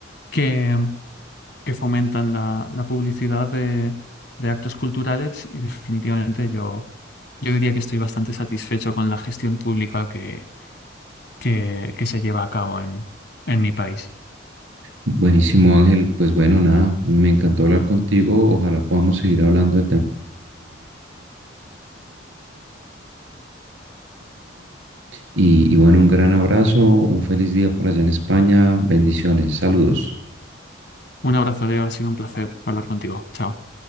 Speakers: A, on the left; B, on the right.
A: que, que fomentan la, la publicidad de, de actos culturales y definitivamente yo, yo diría que estoy bastante satisfecho con la gestión pública que, que, que se lleva a cabo en, en mi país.
B: Buenísimo, Ángel. Pues bueno, nada, me encantó hablar contigo. Ojalá podamos seguir hablando Y, y bueno, un gran abrazo, un feliz día por allá en España, bendiciones, saludos.
A: Un abrazo, Leo, ha sido un placer hablar contigo. Chao.